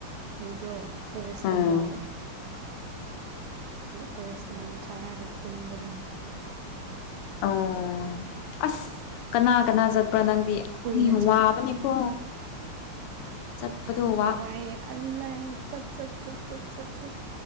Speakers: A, on the right (about 85°); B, on the left (about 85°).
A: ꯒꯤꯗꯣ ꯄꯦꯔ ꯁꯤꯇꯃꯣꯟ
B: ꯎꯝ
A: ꯄꯔꯦꯁꯤꯇꯃꯣꯜ ꯆꯥꯔꯒ ꯇꯨꯝꯕꯅꯤ
B: ꯑꯣ ꯑꯁ ꯀꯅꯥ ꯀꯅꯥ ꯆꯠꯄ꯭ꯔꯥ ꯅꯪ ꯊꯤ
A: ꯀꯨꯏꯅ ꯆꯪ
B: ꯋꯥꯕꯅꯤꯀꯣ ꯆꯠꯄꯗꯣ ꯋꯥ
A: ꯋꯥꯏꯌꯦ ꯑꯜꯂꯥꯢ ꯆꯠ ꯆꯠ ꯆꯠ ꯆꯠ ꯆꯠ ꯆꯠꯠ